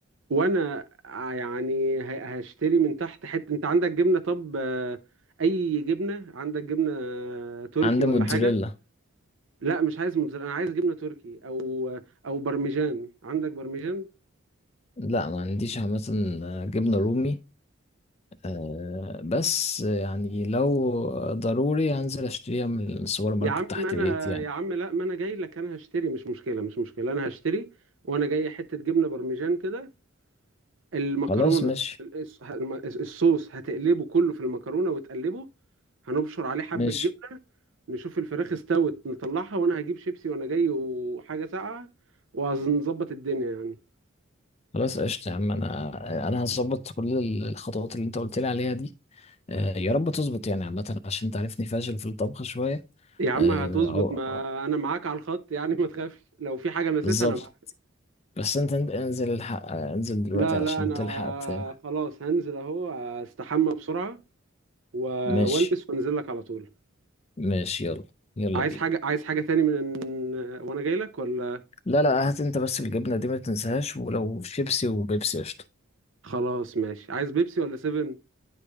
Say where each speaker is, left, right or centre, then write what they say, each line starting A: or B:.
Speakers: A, on the right; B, on the left.
A: وانا ع- يعني ه- هشتري من تحت حته انت عندك جبنه طب آه، اي جبنه عندك جبنه آه، تركي
B: عندي
A: ولا
B: موتزاريلا
A: حاجه لا مش عايز موتزاريلا انا عايز جبنه تركي او او برمجان عندك برمجان
B: لا ما عنديش عامة جبنة رومي آه بس يعني لو ضروري هنزل اشتريها من السوبر ماركت
A: يا عم
B: تحت
A: ما انا
B: بيتي يعني
A: يا عم لا ما انا جاي لك انا هشتري مش مشكله مش مشكله انا هشتري وانا جاي حته جبنه برمجان كده المكرونه
B: خلاص ماشي
A: الص- الصوص هتقلبه كله في المكرونه وتقلبه هنبشر عليه حبه
B: ماشي
A: جبنه نشوف الفراخ استوت نطلعها وانا هجيب شيبسي وانا جاي وحاجه ساقعه وهنظبط الدنيا يعني
B: خلاص قشطة يا عم انا انا هظبط كل الخطوات اللي انت قلت لي عليها دي آه يا رب تظبط يعني عامة عشان تعرفني فاشل في الطبخ شوية
A: يا عم
B: آه،
A: هتظبط
B: أو
A: ما انا معاك على الخط يعني ما تخافش لو في
B: <laughs>
A: حاجه نسيتها
B: بالظبط
A: انا معاك
B: بس انت انت- انزل الحق انزل دلوقتي
A: لا
B: علشان
A: لا انا
B: تلحق ت-
A: خلاص هنزل اهو استحمى بسرعه و-
B: ماشي
A: والبس وانزل لك على طول
B: ماشي يلا يلا
A: عايز
B: بينا
A: حاجه عايز حاجه تاني من وانا جاي لك ولا
B: لا لا هات انت بس الجبنة دي ما تنساهاش ولو شيبسي وبيبسي قشطة
A: خلاص ماشي عايز بيبسي ولا سيفن